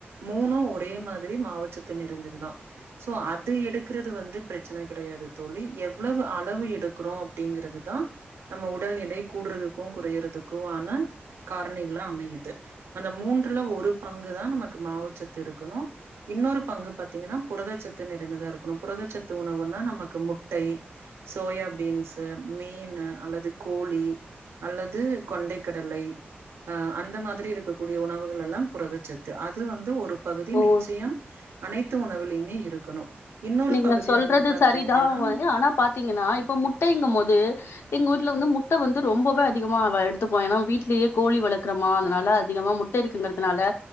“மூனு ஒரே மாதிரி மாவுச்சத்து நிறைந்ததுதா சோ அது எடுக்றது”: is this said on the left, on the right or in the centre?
Right